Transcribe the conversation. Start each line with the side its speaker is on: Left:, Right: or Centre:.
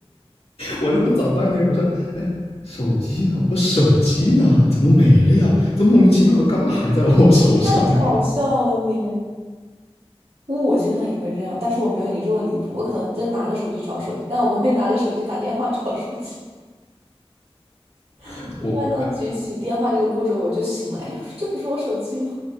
Left: 我在那找半天，我说，哎，手机呢？我手机呢？怎么没了呀？这莫名其妙的，刚刚还在我手上，
Right: 太搞笑了你。
Left: <laughs>
Right: 因为我经常也会这样，但是我没有你这么离谱。我可能真拿着手机找手机，但我不会拿着手机打电话找手机。<laughs>
Left: 我我
Right: 一般到举起电话这个步骤，我就醒了。哎，这不是我手机吗？